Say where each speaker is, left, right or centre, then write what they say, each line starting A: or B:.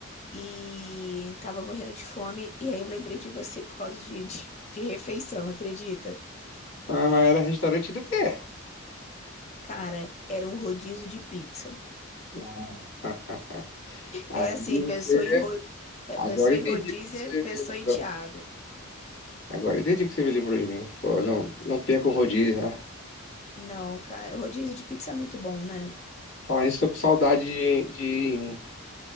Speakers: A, on the left; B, on the left.
A: e tava morrendo de fome. E aí eu lembrei de você por causa de, de, de refeição, acredita?
B: Ah, mas era restaurante do quê?
A: Cara, era um rodízio de pizza.
B: Ah, <laughs> aí
A: É assim,
B: você.
A: pensou em, ro... é,
B: Agora
A: pensou
B: entendi
A: em rodízio,
B: porque você
A: pensou
B: lembrou.
A: em Thiago.
B: Agora entendi porque você me lembrou de mim. Pô, não, não perco o rodízio, né?
A: Não, cara, rodízio de pizza é muito bom, né?
B: Falar nisso, tô com saudade de, de ir em um.